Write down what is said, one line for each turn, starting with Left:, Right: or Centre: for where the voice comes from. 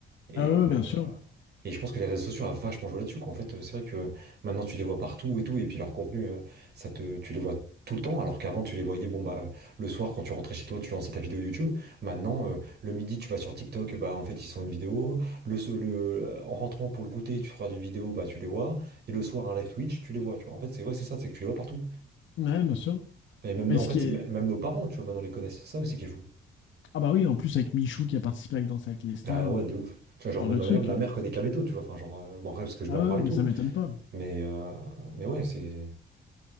Right: Et,
Left: Ah ouais,
Right: euh,
Left: ouais, bien sûr.
Right: et je pense que les réseaux sociaux a vachement joué là-dessus, quoi. En fait, euh, c'est vrai que maintenant tu les vois partout et tout, et puis leur contenu, euh, ça te, tu les vois tout le temps, alors qu'avant tu les voyais, bon bah, le soir quand tu rentrais chez toi, tu lançais ta vidéo YouTube. Maintenant, euh, le midi, tu vas sur TikTok, bah en fait ils sont une vidéo. Le, so- le- en rentrant pour le goûter, tu feras des vidéos, bah tu les vois. Et le soir, un live Twitch, tu les vois, tu vois. En fait, c'est ouais, c'est ça, c'est que tu les vois partout.
Left: Ouais, bien sûr.
Right: Et même,
Left: Mais
Right: en
Left: ce
Right: fait,
Left: qui
Right: c'est
Left: est...
Right: m- même nos parents, tu vois, maintenant les connaissent. Ça, c'est qui est fou.
Left: Ah bah oui, en plus avec Michou qui a participé avec Danse avec les stars,
Right: Ah ouais,
Left: euh,
Right: de ouf. Tu vois,
Left: ce
Right: genre,
Left: genre
Right: même
Left: de
Right: ma
Left: truc.
Right: mère, ma
Left: euh,
Right: mère connaît Kameto, tu vois. Enfin, genre, euh, bon, après, parce que je vais
Left: Ah
Right: en
Left: ouais,
Right: parler
Left: ouais,
Right: et
Left: mais
Right: tout.
Left: ça m'étonne pas.
Right: Mais, euh, mais ouais, c'est